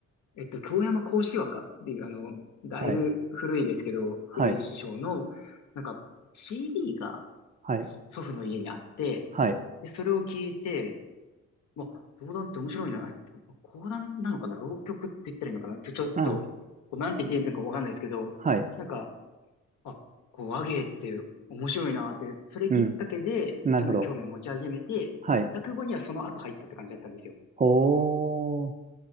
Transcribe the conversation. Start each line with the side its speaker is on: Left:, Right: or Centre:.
Left: えっと、京山幸枝若っていう、あの、だいぶ古いですけど、
Right: はい、
Left: 古い師匠の、
Right: はい、
Left: なんか、CD が
Right: はい、
Left: 祖父の家にあって、
Right: はい、
Left: で、それを聞いて、まあ、講談って面白いな。あ、講談なのかな浪曲って言ったらいいのかなちょ、ちょっと、
Right: うん、
Left: こうなんて言っていいのかわかんないですけど、
Right: はい、
Left: なんか、あ、こう和芸って面白いなって、それきっかけで、
Right: うん、なるほど。
Left: そういうのに興味を持ち始めて、
Right: はい。
Left: 落語にはその後入ったって感じだったんですよ。
Right: ほー、